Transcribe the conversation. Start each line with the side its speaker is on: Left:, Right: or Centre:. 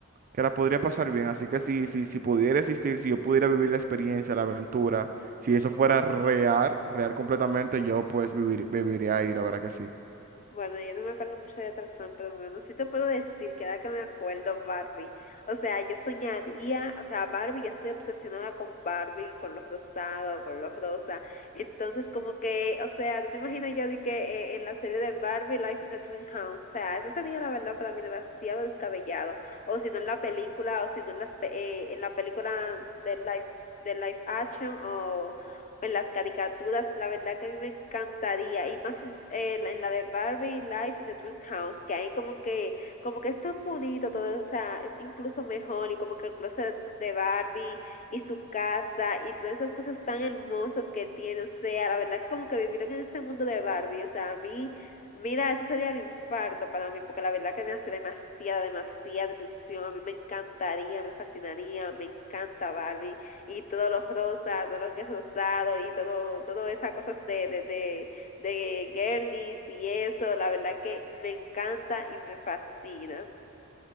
Right: que la podría pasar bien. Así que si, si, si pudiera existir, si yo pudiera vivir la experiencia, la aventura, si eso fuera real, real completamente, yo pues vivir, viviría ahí, la verdad que sí.
Left: Bueno, yo no me acuerdo mucho de Tarzán, pero bueno, sí te puedo decir que ahora que me acuerdo, Barbie. O sea, yo soñaría, o sea, Barbie, yo estoy obsesionada con Barbie, con los rosados, con los rosa. Entonces, como que, o sea, tú te imaginas yo de que eh, en la serie de Barbie, Life in the Dream House, o sea, eso sería la verdad para mí demasiado descabellado. O si no en la película, o si no en, las, pe- eh, en la película de Life, de Life Action, o pues las caricaturas, la verdad que a mí me encantaría y más eh, en la de Barbie Life in the Dream House, que ahí como que como que es tan bonito todo, o sea, es incluso mejor y como que el closet de Barbie y su casa y todas esas cosas tan hermosas que tiene, o sea, la verdad que como que vivir en este mundo de Barbie, o sea, a mí Mira, eso sería un infarto para mí, porque la verdad que me hace demasiada, demasiada ilusión. A mí me encantaría, me fascinaría, me encanta Barbie y todo lo rosa, todo lo que es rosado y todo, todo esas cosas de, de, de, de girlies y eso, la verdad que me encanta y me fascina.